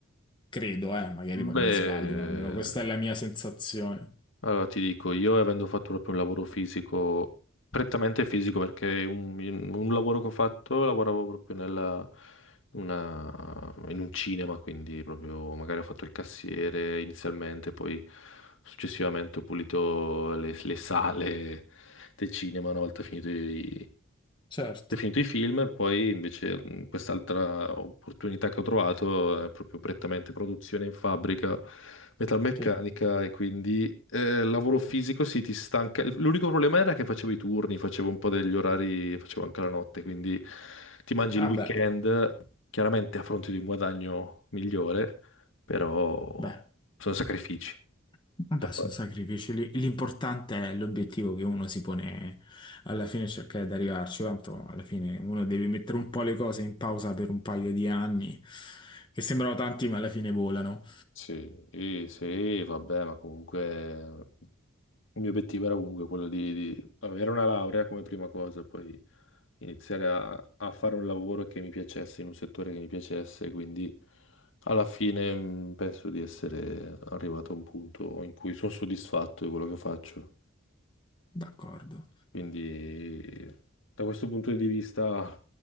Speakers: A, on the left; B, on the left.
A: Credo, eh, magari poi
B: beh...
A: mi sbaglio, ma almeno questa è la mia sensazione.
B: Allora, ti dico, io avendo fatto proprio un lavoro fisico, prettamente fisico, perché un, un lavoro che ho fatto, lavoravo proprio nella, una- in un cinema, quindi proprio magari ho fatto il cassiere inizialmente, poi successivamente ho pulito le, le sale del cinema una volta finito i,
A: Certo,
B: finito i film, e poi invece mh, quest'altra opportunità che ho trovato è proprio prettamente produzione in fabbrica metalmeccanica
A: sì.
B: e quindi eh, lavoro fisico sì, ti stanca. L'unico problema era che facevo i turni, facevo un po' degli orari, facevo anche la notte, quindi ti mangi
A: Ah
B: il weekend
A: beh,
B: chiaramente a fronte di un guadagno migliore, però
A: Beh,
B: sono sacrifici
A: vabbè,
B: da fare.
A: sono sacrifici. L- L'importante è l'obiettivo che uno si pone alla fine e cercare di arrivarci. Tanto alla fine uno deve mettere un po' le cose in pausa per un paio di anni, che sembrano tanti, ma alla fine volano.
B: Sì, sì, sì, vabbè, ma comunque eh, il mio obiettivo era comunque quello di, di avere una laurea come prima cosa, poi iniziare a, a fare un lavoro che mi piacesse, in un settore che mi piacesse, quindi alla fine mh, penso di essere arrivato a un punto in cui sono soddisfatto di quello che faccio.
A: D'accordo,
B: Quindi da questo punto di vista